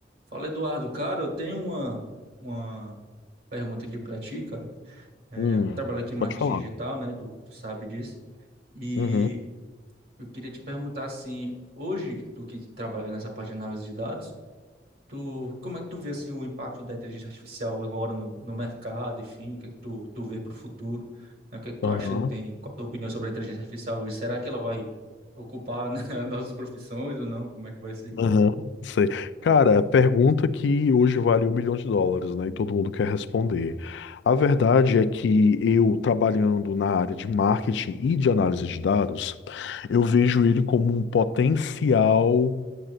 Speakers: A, on the right; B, on the left.
A: Fala, Eduardo. Cara, eu tenho uma, uma pergunta aqui pra ti, cara. É,
B: Hum,
A: eu trabalho aqui em marketing
B: pode falar.
A: digital, né? Tu, tu sabe disso. E
B: Uhum,
A: eu queria te perguntar, assim, hoje, tu que trabalha nessa parte de análise de dados, tu, como é que tu vê, assim, o impacto da inteligência artificial agora no, no mercado, enfim, o que é que tu, tu vê para o futuro, né? O que é que tu
B: aham,
A: acha que tem, qual a tua opinião sobre a inteligência artificial hoje? Será que ela vai ocupar, né, <laughs> as nossas profissões ou não? Como é que vai ser?
B: aham, sei. Cara, a pergunta que hoje vale um milhão de dólares, né? E todo mundo quer responder. A verdade é que eu, trabalhando na área de marketing e de análise de dados, eu vejo ele como um potencial